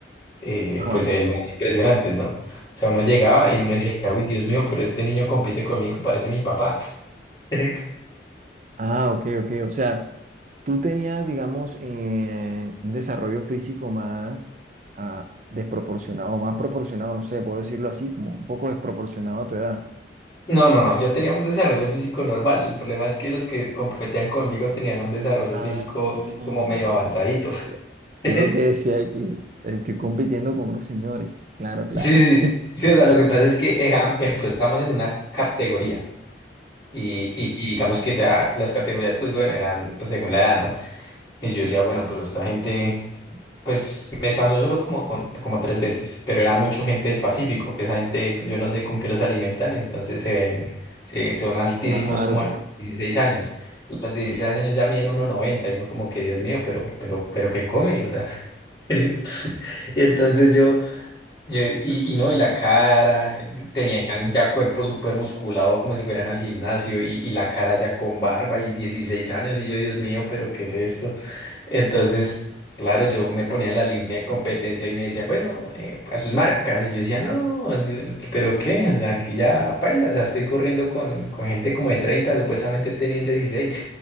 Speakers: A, on the left (about 20°); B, on the right (about 40°).
A: eh,
B: ajá.
A: pues se ven más impresionantes, ¿no? O sea, uno llegaba y uno decía, uy, Dios mío, pero este niño compite conmigo, parece mi papá. <laughs>
B: Ah, ok, ok. O sea, tú tenías, digamos, eh, un desarrollo físico más ah, desproporcionado, más proporcionado, no sé, puedo decirlo así, como un poco desproporcionado a tu edad.
A: No, no, no, yo tenía un desarrollo físico normal. El problema es que los que competían conmigo tenían un desarrollo
B: Ah,
A: físico
B: ya,
A: como medio avanzadito.
B: ya, ya, ya, ya. Tú
A: <laughs>
B: lo que decías es que estoy compitiendo con unos señores. Claro, claro.
A: Sí, sí, sí, o sea,
B: <laughs>
A: lo que pasa es que, eh, am- ejemplo, estamos en una categoría. Y, y- y digamos que sea, las categorías, pues bueno, eran pues según la edad, ¿no? Y yo decía, bueno, pero esta gente, pues me pasó solo como, con- como tres veces, pero era mucho gente del Pacífico, que esa gente, yo no sé con qué los alimentan, entonces se ven, se, son altísimos
B: Claro,
A: como
B: claro.
A: a los 16 años. Los 16 años ya miden uno noventa y uno como que, Dios mío, pero, pero, pero ¿qué come? O sea, <laughs> y entonces yo... Yo- Y, y no, y la cara, eh, tenían ya cuerpo súper musculado como si fueran al gimnasio y, y la cara ya con barba y 16 años y yo, Dios mío, pero ¿qué es esto? Entonces, claro, yo me ponía en la línea de competencia y me decían, bueno, eh, a sus marcas y yo decía, no, Dios, pero ¿qué? O sea, aquí ya paila, o sea, estoy corriendo con, con gente como de 30 supuestamente tenían dieciséis